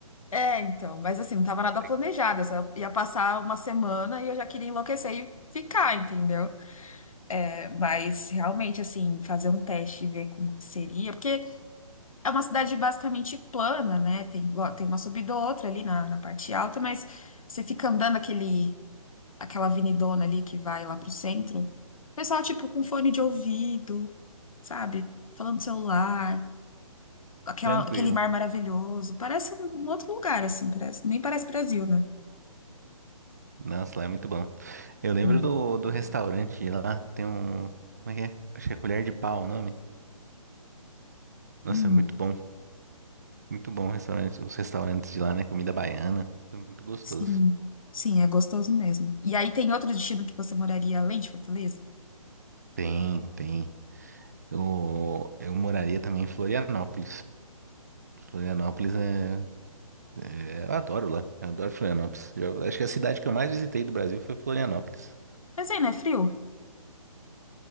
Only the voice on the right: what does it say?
É
tranquilo.
Nossa, lá é muito bom. Eu lembro
do, do restaurante lá, tem um. Como é que é? Acho que é Colher de Pau o nome. Nossa,
é muito bom. Muito bom o restaurante, os restaurantes de lá, né? Comida baiana. É muito gostoso.
Tem, tem. Eu, eu moraria também em Florianópolis. Florianópolis é, é- Eu adoro lá. Eu adoro Florianópolis. Eu acho que a cidade que eu mais visitei do Brasil foi Florianópolis.